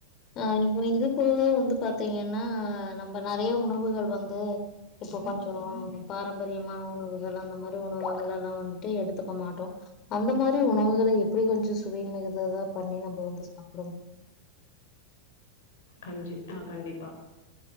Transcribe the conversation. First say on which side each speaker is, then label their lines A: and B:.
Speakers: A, on the left; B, on the left.
A: ஆஹ் இப்போ இது போத வந்து பா பார்த்தீங்கன்னா நம்ம நெறைய உணவுகள் வந் இப்போ கொஞ்சோம் பாரம்பரியமான உணவுகள் அந்த மாரி உணவுகள் எல்லா வந்துட்டு எடுத்துக்க மாட்டோம் அந்த மாரி உணவுகளை எப்டி கொஞ்சோ வீன் மிகர் <unintelligible> அத தா பண்ணி நம்ப வந்து சாப்
B: கஞ்சி ஆஹ் கண்டிப்பா